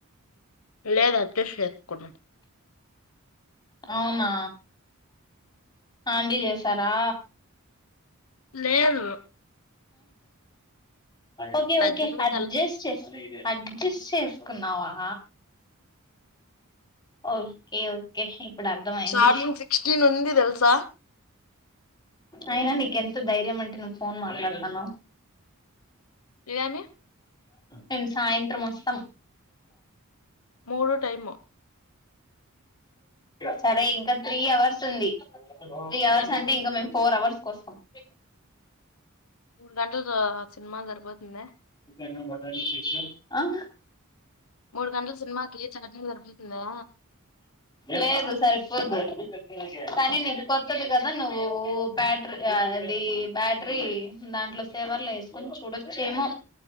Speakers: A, on the left; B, on the left.
A: లేదు అడ్జస్ట్ చేసుకున్నా
B: అవునా హండీ చేసారా
A: లేదు
B: ఓకే
A: పెద్దమ్మ
B: ఓకే అడ్జస్ట్
A: తల
B: చే అడ్జస్ట్ చేసుకున్నావా ఓకే ఓకే ఇప్పుడు అర్థమయింది
A: చార్జింగ్ సిక్స్టీన్ ఉంది తెల్సా
B: అయినా నీకెంత ధైర్యం అంటే ను ఫోన్ మాట్లాడతానవు
A: ఎందనీ
B: మేము సాయంత్రం వస్తాం
A: మూడు టైము
B: సరే ఇంకా త్రీ అవర్స్ ఉంది త్రీ అవర్స్
A: అదే మూడు
B: అంటే ఇంకా మేము ఫోర్ అవర్స్ కోస్తాము
A: మూడు గంటలతో సినిమా సరిపోతుంది
B: హ
A: మూడు గంటల సినిమాకి చార్జింగ్ సరిపోతుందా
B: లేదు సరిపోదూ సరే నిది కొత్తది కదా నువ్వు బ్యాటరీ అది బ్యాటరీ దాంట్లో సేవర్ల వేసుకొని చూడొచ్చేమో